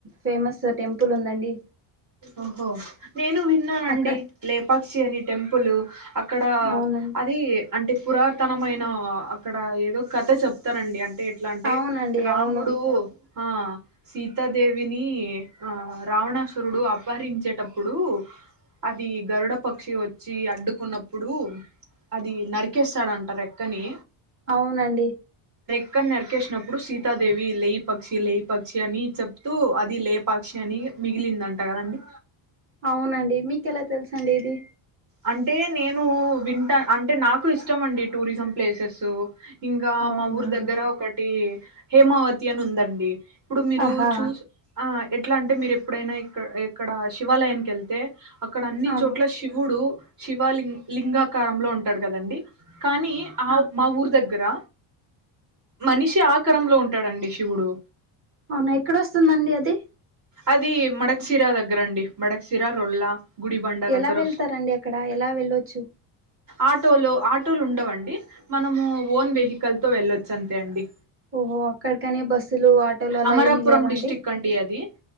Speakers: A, on the right (about 25°); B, on the right (about 40°).
A: ఫేమస్ టెంపుల్ ఉందండి
B: ఓహో నేను విన్నానండి
A: అక్కడ
B: లేపాక్షి అని టెంపులు అక్కడ
A: అవునండి
B: అది అంటే పురాతనమైన అక్కడ ఏదో కథ చెప్తారండి అం టే ఎట్లా అంటే
A: అవునండి
B: రాముడు
A: అవును
B: ఆ సీతా దేవినీ ఆ రావణసు ట్రూడు అపహరించేటప్పుడు అది గరుడ పక్షి వచ్చి అడ్డుకున్నప్పుడు అది నరికేస్తాడు అంటా రేక్కని
A: అవునండి
B: అక్కడ నరికేసినప్పుడు సీతాదేవి లే పక్షి లే పక్షి అని చెప్తూ అది లేపాక్షి అని మిగిలిందం అంటా కదండి
A: అవునండి మీకెలా తెలుసండి ఇది
B: అంటే నేను వింటా అంటే నాకు ఇష్టం అండి టూరిజం ప్లేసెస్ ఇంకా
A: అవునా
B: మా ఊరు దగ్గర ఒకటి హేమావతి అని ఉందండి ఇప్పుడు మీరు
A: ఆహా
B: చూస్ ఆ ఎట్లా అంటే మీరు ఎప్పుడైనా ఇక్క ఇక్కడ శివాలయానికి వెళ్తే అక్కడ అన్ని
A: ఆ
B: చోట్ల శివుడు శివాలి లింగాకారంలో ఉంటాడు కదండి. కానీ ఆ మా ఊరు దగ్గ్ గ్ర మనిషి ఆకారంలో ఉంటాడండి శివుడు
A: అవునా ఎక్కడ వస్తుందండి అది
B: అది మడకశిరా దగ్గర అండి మడకశిరా రొల్లా గుడిబండ
A: ఎలా
B: దగ్గర
A: వెళ్తారండి అక్కడ ఎలా వెళ్ళొచ్చు
B: ఆటోలు ఆటోలు ఉండవండి మనము ఓన్ వెహికల్తొ వెళ్ళొచ్చు అంతే అండి.
A: ఓహో అక్కడికనే బస్సులు ఆటోలు అలా
B: అమరాపురం
A: ఏమి లేవా
B: డిస్టిక్
A: అండి.
B: అది